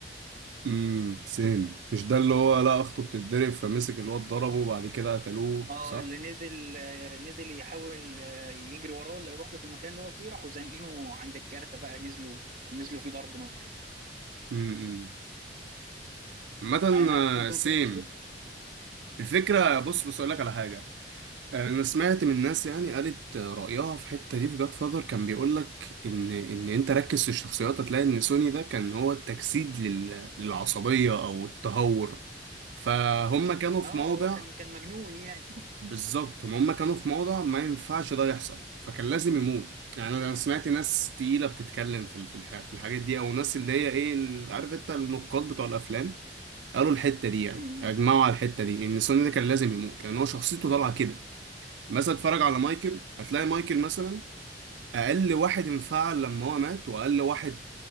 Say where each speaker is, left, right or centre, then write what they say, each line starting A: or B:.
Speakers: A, on the right; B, on the right.
A: امم سيم مش ده اللي هو لا اخته بتتضرب فمسك الواد ضربه وبعد كده قتلوه
B: اه
A: صح
B: اللي نزل آه، نزل يحاول آه، يجري وراه ولا يروح له في المكان اللي هو فيه راحوا زانقينه عند الكارتة بقى نزلوا نزلوا فيه ضرب نار
A: امم امم. عامة
B: يعني انا مش ممكن
A: آه، سيم
B: كنت
A: الفكرة بص بص اقول لك على حاجة انا سمعت من ناس يعني قالت رايها في الحته دي في جاد فاذر كان بيقول لك ان ان انت ركز في الشخصيات هتلاقي ان سوني ده كان هو التجسيد لل- للعصبيه او التهور فهم كانوا في
B: اه
A: موضع
B: هو كان كان مجنون يعني
A: بالظبط هم كانوا في موضع ما ينفعش ده يحصل فكان لازم يموت يعني انا سمعت ناس تقيله بتتكلم في ال- في الح- في الحاجات دي او ناس اللي هي ايه ال- عارف انت النقاد بتوع الافلام قالوا الحته دي يعني
B: أمم.
A: اجمعوا على الحته دي ان سوني ده كان لازم يموت لان هو شخصيته طالعه كده مثلا اتفرج على مايكل هتلاقي مايكل مثلا اقل واحد انفعل لما هو مات واقل واحد